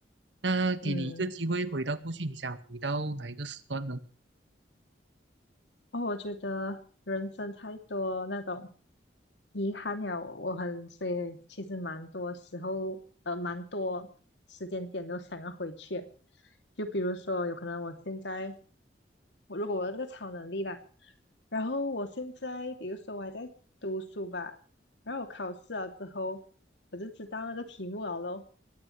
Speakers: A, on the right (about 80°); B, on the left (about 75°).
A: 那给你一个机会回到过去，
B: 嗯。
A: 你想回到哪一个时段呢？
B: 哦，我觉得人生太多那种遗憾了，我很，所以其实蛮多时候，呃，蛮多时间点都想要回去。就比如说，有可能我现在，我如果我有这个超能力啦，然后我现在，比如说我还在读书吧，然后我考试了之后，我就知道那个题目了咯，